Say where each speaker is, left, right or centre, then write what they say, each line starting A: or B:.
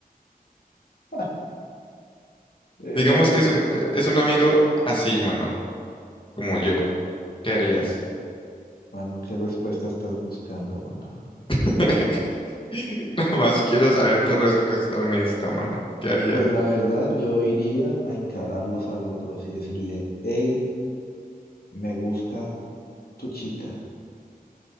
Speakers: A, on the left (about 85°); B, on the left (about 35°).
A: <laughs> Eh,
B: Digamos
A: no, mentira.
B: que es un, es un amigo así, mano, como yo. ¿Qué harías?
A: Mano, ¿qué respuesta estás buscando, mano?
B: <laughs> Nomás quiero saber tu respuesta honesta, mano. ¿Qué harías?
A: Pues la verdad, yo iría a encararlos a los dos y decirle, hey, me gusta tu chica.